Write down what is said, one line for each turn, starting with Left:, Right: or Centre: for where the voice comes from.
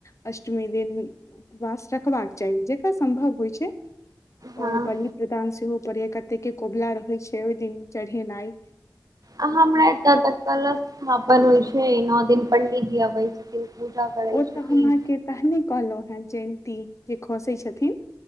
Left: अष्टमी दिन उपवास रखबाक चाही, जकरा सम्भव होय छै।
Right: हँ
Left: और बलि प्रदान सेहो पड़ै कै ते के कोबला रहै छै, ओय दिन चढ़एनाय
Right: अहाँ हमरा एत त कलश स्थापन होइ छै नओ दिन पर पंडिजी अबैय छथिन। पूजा करै
Left: ओ तऽ
Right: छथिन
Left: हम अहाँ के तहने कहलौ हें। जयन्ती जे खसै छथिन।